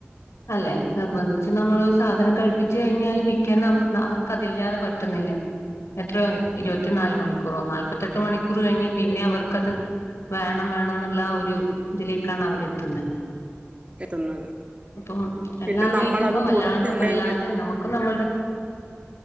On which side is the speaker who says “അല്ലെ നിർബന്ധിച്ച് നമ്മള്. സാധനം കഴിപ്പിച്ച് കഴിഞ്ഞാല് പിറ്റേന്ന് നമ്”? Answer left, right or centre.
Left